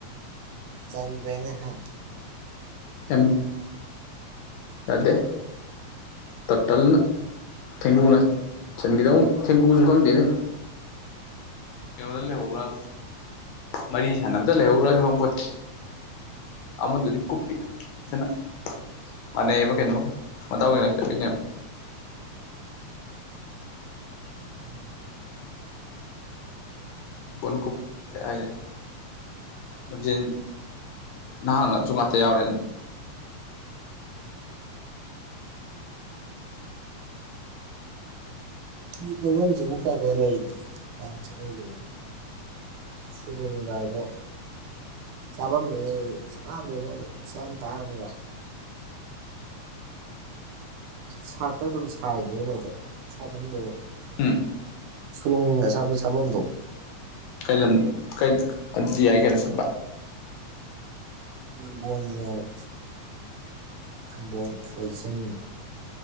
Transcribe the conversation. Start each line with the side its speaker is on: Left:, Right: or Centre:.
Right: ꯆꯜꯗ꯭ꯔꯦꯅꯦ ꯍꯥ
Left: ꯑꯦꯝ ꯌꯥꯗꯦ ꯇꯇꯜꯅ ꯊꯦꯡꯒꯨꯅ ꯆꯟꯒꯤꯗꯧꯟ ꯊꯦꯡꯒꯨꯁꯨ ꯈꯪꯗꯦꯅꯦ ꯀꯩꯅꯣꯗ ꯂꯩꯍꯧꯕ꯭ꯔꯕ ꯃꯔꯤ ꯁꯥꯟꯅꯕꯗ ꯂꯩꯍꯧꯕ꯭ꯔꯖꯨ ꯈꯪꯄꯣꯟꯇꯦ ꯑꯃꯗꯨꯗꯤ ꯀꯨꯞꯄꯤꯛ ꯐꯖꯅ ꯃꯥꯟꯅꯩꯑꯕ ꯀꯩꯅꯣ ꯃꯗꯥꯎ ꯌꯦꯡꯉꯛꯇꯕꯤꯅꯦ
Right: <inaudible>
Left: ꯕꯣꯟ ꯀꯨꯞ ꯍꯥꯏꯒ꯭ꯔꯦ ꯂꯝꯖꯦꯟ ꯅꯍꯥꯡꯅ ꯆꯣꯡꯂꯥꯛ ꯇꯌꯥꯎꯔꯦꯟ
Right: ꯄ꯭ꯌꯨ ꯀꯣꯏꯕꯝꯖꯤꯕꯨ ꯀꯥꯏ ꯀꯥꯏ ꯂꯩꯒꯦ ꯃꯌꯥꯝ ꯆꯠꯅꯩꯖꯤꯕꯣ ꯁꯨꯔꯨꯡꯒꯥꯏꯗꯣ ꯆꯥꯕꯝꯅꯤꯅꯦ ꯑꯗꯨꯗꯤ ꯀꯥꯟꯗꯦꯗ ꯑꯗꯨ ꯄꯩꯁꯥ ꯌꯥꯝ ꯇꯥꯡꯉꯒ ꯁꯥꯠꯇ ꯑꯗꯨꯝ ꯁꯥꯏꯅꯤꯅꯦ ꯃꯣꯏꯗꯣ ꯁꯥꯏꯠ ꯃꯅꯨꯡꯗ ꯑꯗꯨꯝ
Left: ꯎꯝ
Right: ꯁꯨꯔꯨꯡ ꯑꯆꯥꯄꯣꯠ ꯆꯥꯕꯝꯗꯣ
Left: ꯀꯩ ꯂꯝ ꯀꯩ ꯑꯗꯨꯗꯤ ꯌꯥꯏ ꯀꯩꯅꯣ ꯁꯠꯄ
Right: ꯅꯝꯕꯣꯟꯗꯅꯦ ꯍꯥꯏꯕ ꯅꯝꯕꯣꯟ ꯐꯣꯏꯖꯤꯡ